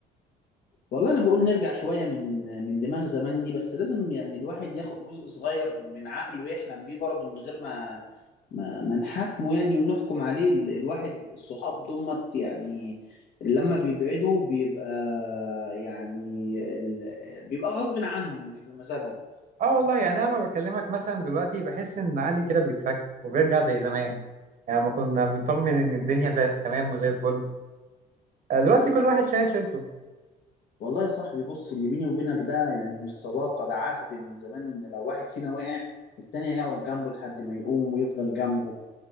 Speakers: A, on the left; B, on the right.
A: والله انا بقول نرجع شويه من من دماغ زمان دي بس لازم يعني الواحد ياخد جزء صغير من عقله يحلم بيه برضه من غير ما ما, ما نحاكمه يعني ونحكم عليه ال- الواحد الصحاب دمت يعني لما بيبعدوا بيبقى يعني ال... بيبقى غصب عنهم مش بمزاجهم
B: اه والله يعني انا لما بكلمك مثلا دلوقتي بحس ان علي كده بيتفك وبيرجع زي زمان يعني ما كنا بنطمن ان الدنيا زي تمام وزي الفل آه، دلوقتي كل واحد شايل شيلته
A: والله يا صاحبي بص اللي بيني وبينك ده يعني مش صداقة ده عهد من زمان إن لو واحد فينا وقع التاني هيقعد جنبه لحد ما يقوم ويفضل جنبه